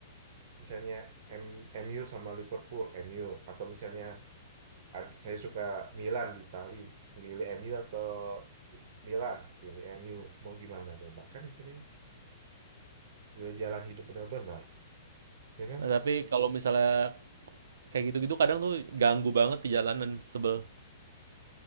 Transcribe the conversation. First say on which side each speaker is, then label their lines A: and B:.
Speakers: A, on the right; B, on the right.
A: misalnya M- MU sama Liverpool, M U atau misalnya Ad- saya suka Milan di Itali, milih MU atau Milan, pilih MU. Mau gimana coba? Kan sering udah jalan hidup benar-benar, ya kan?
B: Nah, tapi kalau misalnya kayak gitu-gitu kadang tuh ganggu banget di jalanan sebel.